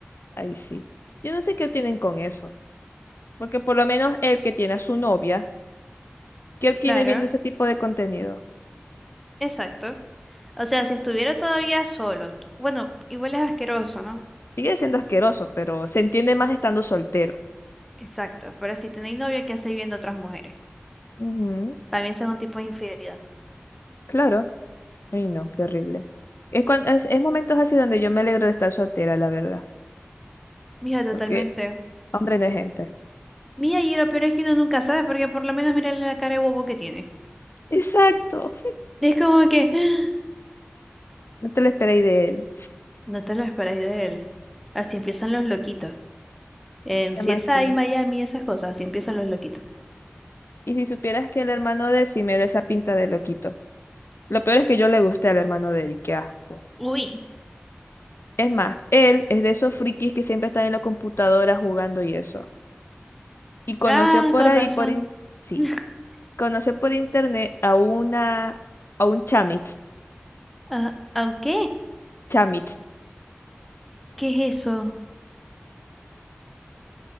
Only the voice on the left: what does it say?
Ahí sí. Yo no sé qué tienen con eso. Porque por lo menos el que tiene a su novia, ¿qué tiene
viendo ese tipo de contenido?
Sigue siendo asqueroso, pero se entiende más estando soltero.
Ujú,
Claro. Ay, no, qué horrible. Es, cuan- es, es momentos así donde yo me alegro de estar soltera, la verdad.
Porque hombre no es gente.
Exacto.
No te lo esperéis de él.
Chama
sí
Y si supieras que el hermano de él sí me da esa pinta de loquito. Lo peor es que yo le gusté al hermano de él, y qué asco.
Es más, él es de esos frikis que siempre están en la computadora jugando y eso. Y conoció
por
ahí,
por in- sí,
conoció por internet a una, a un chamitz,
chamitz,